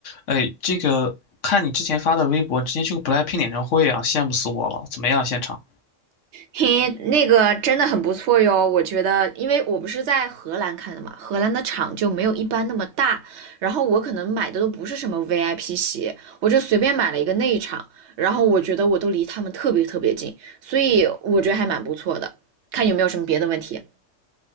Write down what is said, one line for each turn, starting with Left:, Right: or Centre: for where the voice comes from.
Left: 哎，这个看你之前发的微博，你之前去过 BLACKPINK 演唱会啊，羡慕死我了！怎么样，现场？
Right: 嘿，那个真的很不错哟，我觉得，因为我不是在荷兰看的嘛，荷兰的场就没有一般那么大，然后我可能买的都不是什么 VIP 席，我就随便买了一个内场，然后我觉得我都离他们特别特别近，所以我觉得还蛮不错的。看有没有什么别的问题。